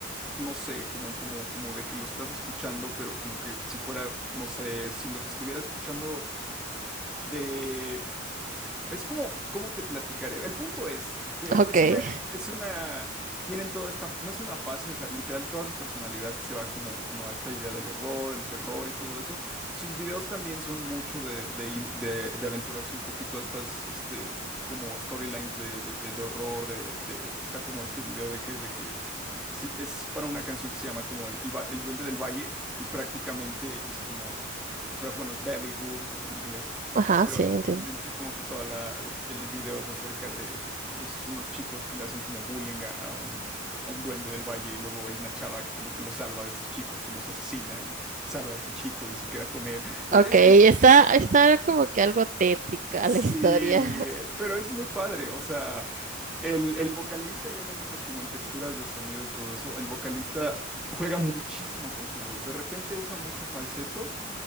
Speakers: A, in the centre; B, on the right.
A: no sé, como, como, como de que lo estás escuchando, pero como que si fuera, no sé, si los estuviera escuchando de es como, ¿cómo te platicaré? El punto es que
B: <laughs>
A: es,
B: Ok.
A: es una, <laughs> es una, tienen toda esta, no es una fase, o sea, literal, toda su personalidad se va como, como a esta idea del horror, el terror y todo eso. Sus videos también son mucho de, de, ir- de, de aventurarse un poquito a estas, este, como storylines de, de, de- de horror, de, de, está como este video de que es de que, sí, es para una canción que se llama como el, el, va- el Duende del Valle y prácticamente es como, o sea, bueno, es Valley Ghoul en inglés
B: Ajá,
A: pero
B: sí, entiendo.
A: realmente como que toda la, el el video es acerca de pues unos chicos que le hacen como bullying a, a un a un duende del valle y luego hay una chava que como que los salva de estos chicos y los asesina y salva a este chico y se queda con él. Es,
B: Ok,
A: es-
B: está,
A: es-
B: está como que algo tétrica
A: sí,
B: la historia.
A: pero es muy padre, o sea, el, el vocalista ya yéndonos como en texturas de sonido y todo eso, el vocalista juega muchísimo con su voz, de repente usa mucho falseto.